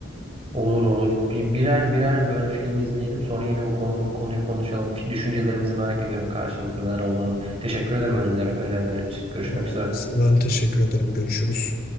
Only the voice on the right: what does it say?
Olur olur. Bir, birer birer böyle film izleyelim. Sonra yine bu konu, bu konuyu konuşalım. Düşüncelerimizi merak ediyorum karşılıklı neler olduğunu. Teşekkür ederim öneriler, önerilerin için. Görüşmek
üzere.